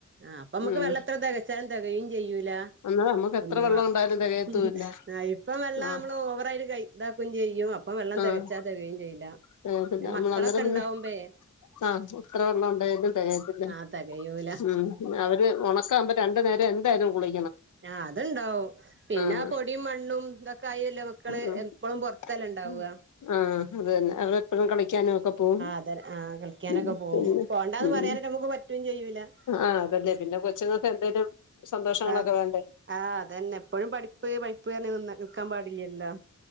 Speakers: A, on the right (about 40°); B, on the left (about 75°).
A: ആഹ് അപ്പ നമ്മുക്ക്
B: ഉം
A: വെള്ളം എത്ര തെകച്ചാലും തെകയും ചെയ്യൂലാ
B: അന്നേരം നമ്മുക്ക് എത്ര
A: ഒന്ന്
B: വെള്ളം
A: ആഹ്
B: ഉണ്ടായാലും തികയത്തൂല്ല
A: ഇപ്പ വെള്ളം
B: ആഹ്
A: നമ്മള് ഓവറായിട്ട് കൈ ഇതാക്കുകയും ചെയ്യും അപ്പോ വെള്ളം
B: ആഹ്
A: തെകച്ചാ തെകയും ചെയ്യില്ല
B: തികയത്തില്ല
A: പിന്നെ
B: നമ്മൾ
A: മക്കളൊക്കെ
B: അന്നേരം പിന്നെ
A: ഇണ്ടാവുമ്പയെ
B: ആഹ് എത്ര വെള്ളവോണ്ടേലും തെ പിന്നെ
A: ആഹ് തികയൂല
B: മ്മ് അവര് ഒണക്കാമ്പോ രണ്ട് നേ എന്തായാലും കുളി
A: ആഹ് അത്ണ്ടാവും പിന്നെ
B: ആഹ്
A: പൊടിയും മണ്ണും ഇതൊക്കെ ആയില്ല മക്കള്
B: ഉം
A: എപ്പോളും പൊറത്തല്ലേ ണ്ടാവുകാ
B: ഉം ആഹ് അത് തന്നെ അവര് എപ്പോഴും കളിക്കാനു ഒക്കെ പോവും
A: അതെ ആഹ് കളിക്കാനൊക്കെ
B: ഉം
A: പോവും
B: പിന്നെ
A: പോണ്ടാന്ന്
B: ഉം
A: പറയാനായിട്ട് നമുക്ക് പറ്റും ചെയ്യൂല
B: ആഹ് അത് അല്ലെ പിന്നെ കൊച്ചുങ്ങെക്ക് എന്തെലും സന്തോഷങ്ങളൊക്കെ
A: ആഹ്
B: വേണ്ടെ?
A: ആഹ് അതന്നെ എപ്പഴും പഠിപ്പ് പഠിപ്പ് പറഞ്ഞ് നിന്ന നിക്കാൻ പാടില്ലല്ലോ